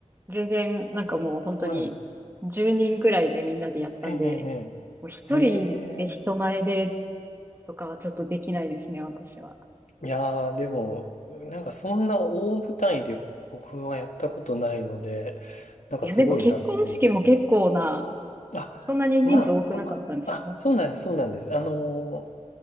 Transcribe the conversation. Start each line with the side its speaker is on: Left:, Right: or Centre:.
Right: う、全然、なんかもう本当に、
Left: はい。
Right: 10人ぐらいでみんなでやったんで、
Left: ええ、
Right: もう一人で人前で
Left: ええ、ええ。
Right: とかはちょっとできないですね、私は。
Left: いやー、でも、なんかそんな大舞台で僕はやったことないので、なんかすごいなって思いますね。
Right: いや、でも結婚式も結構な、
Left: あ、
Right: そんなに人数多くなかったんですか
Left: まあ、まあ、まあ、あ、そうなんです、そうなんです。あのー